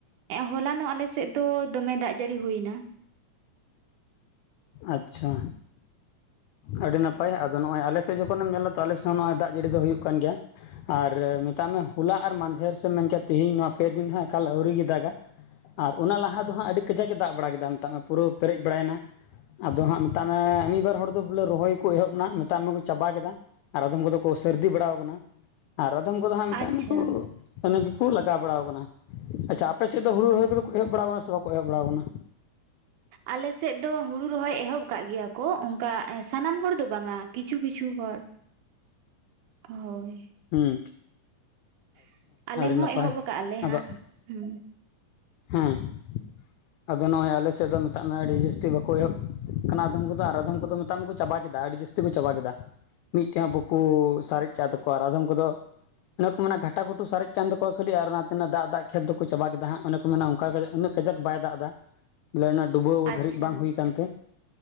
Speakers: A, on the right; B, on the left.
A: ᱦᱚᱞᱟᱱᱚᱜ ᱟᱞᱮᱥᱮᱫ ᱫᱚ ᱫᱚᱢᱮ ᱫᱟᱜ ᱡᱟᱹᱲᱤ ᱦᱩᱭᱱᱟ
B: ᱟᱪᱪᱷᱟ ᱟᱹᱰᱤ ᱱᱟᱯᱟᱭ ᱟᱫᱚ ᱱᱚᱜᱼᱚᱭ ᱟᱞᱮ ᱥᱮᱫ ᱡᱚᱠᱷᱚᱱ ᱮᱢ ᱧᱮᱞᱟ ᱛᱚ ᱟᱞᱮ ᱥᱮᱫ ᱦᱚᱸ ᱱᱚᱜᱼᱚᱭ ᱫᱟᱜ ᱡᱟᱹᱲᱤ ᱫᱚ ᱦᱩᱭᱩᱜ ᱠᱟᱱ ᱜᱮᱭᱟ᱾ ᱟᱨ ᱢᱮᱛᱟᱜ ᱢᱮ ᱦᱚᱞᱟ ᱟᱨ ᱢᱟᱫᱷᱮᱨ ᱥᱮᱢ ᱢᱮᱱ ᱠᱮᱭᱟ ᱛᱮᱦᱮᱧ ᱱᱚᱣᱟ ᱯᱮ ᱫᱤᱱ ᱫᱚ ᱮᱠᱟᱞ ᱟᱹᱣᱨᱤ ᱜᱮ ᱫᱟᱜᱟ ᱟᱨ ᱚᱱᱟ ᱞᱟᱦᱟ ᱫᱚ ᱦᱟᱸᱜ ᱟᱹᱰᱤ ᱠᱟᱡᱟᱠᱮ ᱫᱟᱜ ᱵᱟᱲᱟ ᱠᱮᱫᱟ ᱢᱮᱛᱟᱜ ᱢᱮ ᱯᱩᱨᱟᱹᱣ ᱯᱮᱨᱮᱡ ᱵᱟᱲᱟᱭᱮᱱᱟ ᱟᱫᱚ ᱦᱟᱸᱜ ᱢᱮᱛᱟᱜ ᱢᱮ ᱢᱤᱫ ᱵᱟᱨ ᱦᱚᱲ ᱫᱚ ᱵᱚᱞᱮ ᱨᱚᱦᱚᱭ ᱠᱚ ᱮᱦᱚᱵ ᱮᱱᱟ ᱢᱮᱛᱟᱜ ᱢᱮᱠᱚ ᱪᱟᱵᱟ ᱠᱮᱫᱟ ᱟᱨ ᱟᱫᱚᱢ ᱠᱚᱫᱚ ᱠᱚ ᱥᱟᱹᱨᱫᱤ ᱵᱟᱲᱟᱣ ᱠᱟᱱᱟ ᱟᱨ ᱟᱫᱚᱢ ᱠᱚᱫᱚ ᱦᱟᱸᱜ ᱢᱮᱛᱟᱜ
A: ᱟᱪᱪᱷᱟ
B: ᱢᱮᱠᱚ ᱚᱱᱟ ᱜᱮᱠᱚ ᱞᱟᱜᱟᱣ ᱵᱟᱲᱟᱣ ᱠᱟᱱᱟ, ᱟᱪᱪᱷᱟ ᱟᱯᱮ ᱥᱮᱫ ᱫᱚ ᱦᱩᱲᱩ ᱨᱚᱦᱚᱭ ᱠᱚᱫᱚ ᱠᱚ ᱮᱦᱚᱵ ᱵᱟᱲᱟᱣ ᱠᱟᱱᱟ ᱥᱮ ᱵᱟᱠᱚ ᱮᱦᱚᱵ ᱵᱟᱲᱟᱣ ᱠᱟᱱᱟ
A: ᱟᱞᱮᱥᱮᱫ ᱫᱚ ᱦᱩᱲᱩ ᱨᱚᱦᱚᱭ ᱮᱦᱚᱵ ᱠᱟᱜ ᱜᱮᱭᱟ ᱠᱚ ᱚᱱᱠᱟ ᱥᱟᱱᱟᱢ ᱦᱚᱲ ᱫᱚ ᱵᱟᱝᱟ ᱠᱤᱪᱷᱩ ᱠᱤᱪᱷᱩ ᱦᱚᱲ
B: <inaudible>
A: ᱦᱳᱭ
B: ᱦᱩᱸ
A: <inaudible> ᱟᱞᱮ ᱦᱚᱸ
B: ᱱᱟᱯᱟᱭ
A: ᱮᱦᱚᱵ ᱠᱟᱜᱼᱟ ᱞᱮ
B: ᱟᱫᱚ
A: ᱦᱟᱸᱜ ᱦᱩᱸ᱾
B: ᱦᱮᱸ <unintelligible> ᱟᱫᱚ ᱱᱚᱜᱼᱚᱭ ᱟᱞᱮ ᱥᱮᱫ ᱫᱚ ᱢᱮᱛᱟᱜ ᱢᱮ ᱟᱹᱰᱤ ᱡᱟᱹᱥᱛᱤ ᱵᱟᱠᱚ ᱮᱦᱚᱵ ᱠᱟᱱᱟ ᱟᱫᱚᱢ ᱠᱚᱫᱚ ᱟᱨ ᱟᱫᱚᱢ ᱠᱚᱫᱚ ᱢᱮᱛᱟᱜ ᱢᱮ ᱠᱚ ᱪᱟᱵᱟ ᱠᱮᱫᱟ᱾ ᱟᱹᱰᱤ ᱡᱟᱹᱥᱛᱤ ᱠᱚ ᱪᱟᱵᱟ ᱠᱮᱫᱟ᱾ ᱢᱤᱫᱴᱮᱱ ᱵᱟᱠᱚ ᱥᱟᱨᱮᱡ ᱠᱟᱜ ᱛᱟᱠᱚᱣᱟ ᱟᱨ ᱟᱫᱚᱢ ᱠᱚᱫᱚ ᱚᱱᱮ ᱠᱚ ᱢᱮᱱᱟ ᱜᱷᱟᱴᱟ ᱜᱷᱩᱴᱩ ᱥᱟᱨᱮᱡ ᱠᱟᱱ ᱛᱟᱠᱩᱣᱟ ᱠᱷᱟᱹᱞᱤ ᱟᱨ ᱚᱱᱟ ᱛᱤᱱᱟᱹᱜ ᱫᱟᱜ ᱫᱟᱜ ᱠᱷᱮᱛ ᱫᱚᱠᱚ ᱪᱟᱵᱟ ᱠᱮᱫᱟ ᱦᱟᱜ, ᱚᱱᱮ ᱠᱚ ᱢᱮᱱᱟ <unintelligible> ᱤᱱᱟᱹᱜ ᱠᱟᱡᱟᱠ ᱵᱟᱭ ᱫᱟᱜ ᱫᱟ <unintelligible> ᱯᱟᱞᱮ ᱚᱱᱟ ᱰᱩᱵᱟᱹᱣ
A: ᱟᱪᱪᱷᱟ
B: ᱫᱷᱟᱹᱨᱤᱡ ᱵᱟᱝ ᱦᱩᱭ ᱠᱟᱱ ᱛᱮ᱾